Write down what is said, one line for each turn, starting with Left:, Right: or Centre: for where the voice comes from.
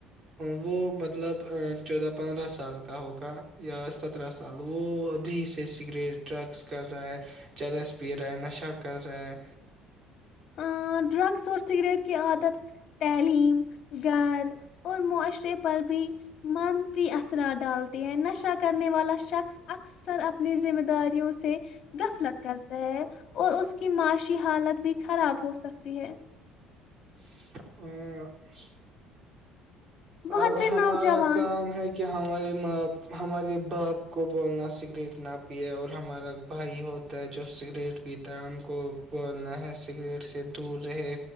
Right: وہ مطلب چودہ پندرہ سال کا ہوگا یا سترہ سال وہ ابھی سے سگریٹ ڈرگس کر رہا ہے چرس پی رہا نشہ کر رہا ہے
Left: ہ ڈرگس اور سگریٹ کی عادت تعلیم گھر اور معاشر پر بھی من پ ا ڈالتی ہیں نشا کرنے والا شخص اکثر اپنی ذمہ داریوں سے غفلت کرتا ہے اور اس کی معاشی حالت بھی خراب ہو سکتی ہے
Right: <inaudible> <unintelligible>
Left: بہت
Right: اب
Left: سے
Right: ہمارا
Left: نوجوان
Right: کام ہے کہ کہ ہمارے ماںپ ہمارے باپ کو بولنا سگریٹ نہ پیے اور ہمارا بھائی ہوتا ہے جو سگریٹ پیتا ہے ان کو بولنا ہے سگریٹ سے دور رہے